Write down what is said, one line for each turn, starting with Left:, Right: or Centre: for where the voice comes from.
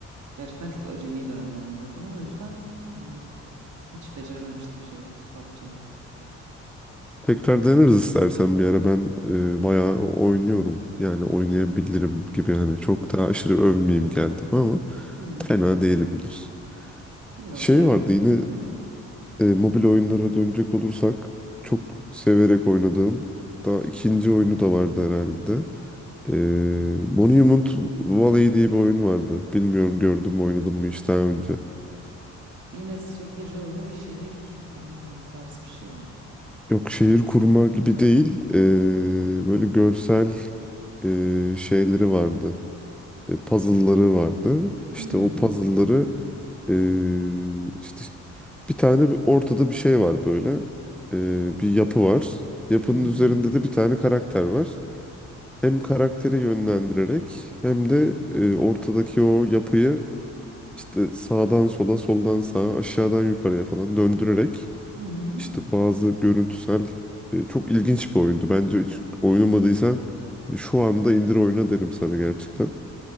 Right: Gerçekten çok acemi dönemlerimde o zaman. O yüzden hmm, hiç becerememiştim şey PUBG'yi.
Centre: Tekrar deneriz istersen bir ara ben e, bayağı oynuyorum. Yani oynayabilirim gibi hani çok da aşırı övmeyeyim kendim ama
Right: Hmm,
Centre: fena değilimdir.
Right: bilmiyorum
Centre: Şey
Right: bir ara
Centre: vardı yine
Right: Hmm,
Centre: e, mobil oyunlara dönecek olursak çok severek oynadığım hatta ikinci oyunu da vardı herhalde. Ee, Monument Valley diye bir oyun vardı. Bilmiyorum gördüm mü oynadım mı hiç daha önce.
Right: yine strateji oyunu ve şehir kurma oyunu tarzı bir şey mi?
Centre: Yok şehir kurma gibi değil. ee, böyle görsel ee, şeyleri vardı. E, puzzle'ları vardı. İşte
Right: Hmm.
Centre: o puzzle'ları ee, işte bir tane bir- ortada bir şey var böyle. Ee, bir yapı var. Yapının
Right: Hı hı.
Centre: üzerinde de bir tane karakter var. Hem karakteri yönlendirerek hem de
Right: Hı
Centre: e, ortadaki o yapıyı İşte sağdan sola, soldan sağa, aşağıdan yukarıya falan döndürerek
Right: hı.
Centre: işte bazı görüntüsel e, çok ilginç bir oyundu. Bence hiç oynamadıysan şu anda indir oyna derim sana gerçekten.